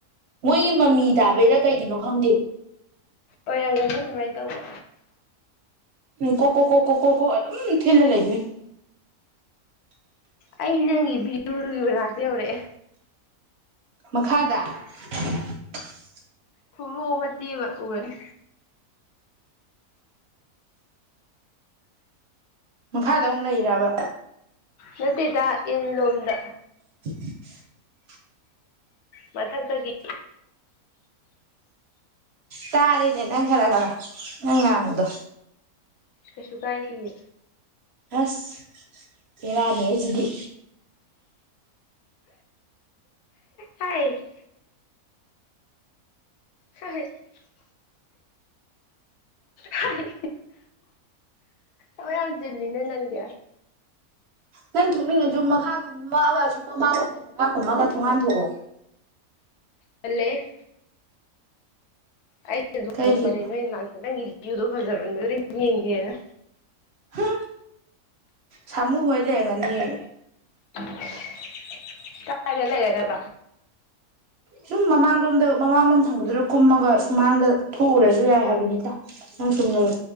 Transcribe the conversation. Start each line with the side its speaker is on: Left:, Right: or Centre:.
Right: ꯃꯣꯏꯒꯤ ꯃꯃꯤ ꯇꯥꯕꯩꯔ ꯀꯩꯒꯤꯅꯣ ꯈꯪꯗꯦ
Left: ꯑꯣꯏꯔꯝꯒꯅꯤ ꯑꯗꯨꯃꯥꯏꯅ ꯇꯧꯕ
Right: ꯎ ꯀꯣ ꯀꯣ ꯀꯣ ꯀꯣ ꯈꯣ ꯀꯣ ꯑꯗꯨꯝ ꯊꯦꯜꯂ ꯂꯩꯗꯣꯢꯅꯤ
Left: ꯑꯩ ꯅꯪꯒꯤ ꯚꯤꯎꯗꯨꯒꯤ ꯃꯅꯥꯛꯇ ꯌꯧꯔꯛꯑꯦ
Right: ꯃꯈꯥꯗ <unintelligible>
Left: ꯊꯣꯛꯂꯣ ꯃꯇꯦꯛ ꯑꯃ ꯎꯔꯅꯤ
Right: ꯃꯈꯥꯗ ꯑꯃꯨꯛ ꯂꯩꯔꯕ
Left: ꯅꯠꯇꯦꯗ ꯏꯟ ꯂꯣꯝꯗ
Right: <inaudible>
Left: ꯃꯊꯛꯇꯒꯤ
Right: ꯇꯥꯔꯅꯦ ꯅꯪ ꯈꯔ ꯈꯔ ꯅꯪꯉꯥꯡꯕꯗꯣ
Left: ꯀꯁꯨ ꯀꯥꯏꯗꯤꯌꯦ
Right: ꯑꯁ ꯕꯦꯔꯥꯅꯤꯍꯦꯁꯤꯗꯤ
Left: ꯍꯥꯏ ꯍ ꯍꯣꯏ <unintelligible> ꯍꯥꯏ ꯑ ꯌꯥꯝ ꯆꯜꯂꯤꯅꯦ ꯅꯪꯗꯤ
Right: ꯅꯪ ꯊꯣꯛꯅꯤꯡꯉꯖꯨ ꯃꯈꯥ ꯀꯨꯝꯃꯒ ꯑꯁꯤ ꯃꯃꯥꯡꯂꯣꯝ ꯃꯈꯥ ꯀꯨꯝꯃꯒ ꯊꯣꯡꯒꯥꯟ ꯊꯣꯛꯑꯣ꯫
Left: ꯇꯠꯂꯦꯍꯦ꯫ ꯑꯩ꯫ <unintelligible>
Right: ꯀꯩꯒꯤꯅꯣ
Left: ꯅꯣꯏꯅꯥꯛꯇ ꯅꯪꯒꯤ ꯌꯨꯗꯣ ꯐꯖꯃꯟꯕꯗꯨꯗ ꯌꯦꯡꯒꯦꯅ꯫
Right: ꯍꯨꯝ ꯁꯥꯃꯨ ꯍꯣꯏ ꯂꯩꯔꯪꯒꯅꯤꯌꯦ꯫
Left: <unintelligible> ꯀꯥꯏꯗ ꯂꯩꯔꯒꯕ꯫
Right: ꯁꯨꯝ ꯃꯃꯥꯡꯂꯣꯝꯗ ꯃꯃꯥꯡꯂꯣꯝ ꯊꯪꯕꯗꯨꯗ ꯀꯨꯝꯃꯒ ꯁꯨꯃꯥꯡꯗ ꯊꯣꯛꯎꯔꯖꯨ ꯌꯥꯏ ꯍꯥꯏꯕꯅꯤꯗ ꯅꯪ ꯁꯨꯝ ꯂꯩ